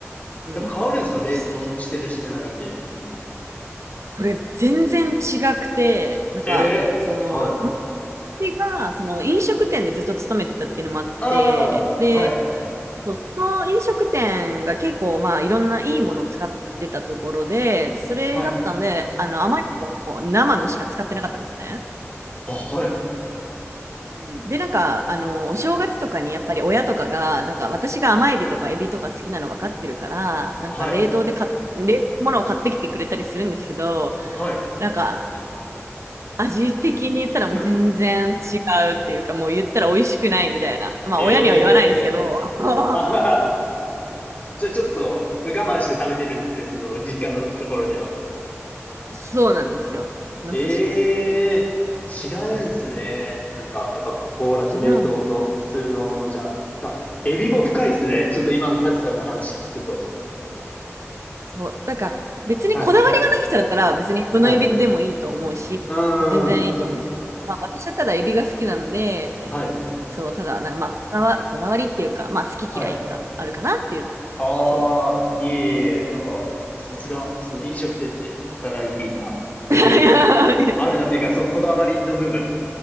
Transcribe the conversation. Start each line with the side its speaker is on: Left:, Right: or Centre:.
Right: うん。
Left: やっぱ変わるんですか冷凍してるしてないんで。
Right: そうこれ全然違くて、なんか、
Left: ええーはい。
Right: その、ま私が、その飲食店でずっと勤めてたっていうのもあって、
Left: ああ、
Right: で、
Left: はい、
Right: そう、その飲食店が結構まあいろんないいものを使ってたところで、それだったんで、
Left: はい。
Right: あの甘いのはもう生のしか使ってなかったんですね。
Left: あ、はい、
Right: うんで、なんか、あの、お正月とかにやっぱり親とかが、なんか私が甘エビとかエビとか好きなの分かってるから、なんか冷凍で買っ、
Left: はい、
Right: 冷凍物を買ってきてくれたりするんですけど、
Left: はい。
Right: なんか味的に言ったらもう全然違うっていうか、
Left: <laughs>
Right: もう言ったら美味しくないみたいな。まあ親には言わないですけど、
Left: ええー
Right: <laughs>
Left: あははじゃあちょっと、まあ我慢して貯めてるんですね、その実家のところでは。
Right: そうなんですよ。まさしく。
Left: ええー、違うんすね。なんか、やっぱ凍らせ、
Right: 違うんです
Left: 冷凍と普通のものじゃ。か、エビも深いですね。
Right: よ。
Left: ちょっと今のサチさんの話聞くと。
Right: そう。だから、別にこだわりがない人だったら、
Left: はい、
Right: 別にこのエビでもいいと思うし、
Left: はい。うー
Right: そう、全然いいと思うんですけど、
Left: ん、
Right: まあ、私はただエビが好きなんで、
Left: はい、
Right: そう、ただ、なんかまあ、こだわ、こだわりっていうか、まあ、好き嫌いがあるかなっていう、
Left: はい。ああ、
Right: そ
Left: いえいえ、なんか、さすが、その飲食店で働いていただけ
Right: う。<laughs>
Left: あるなというか、そのこだわりの部分。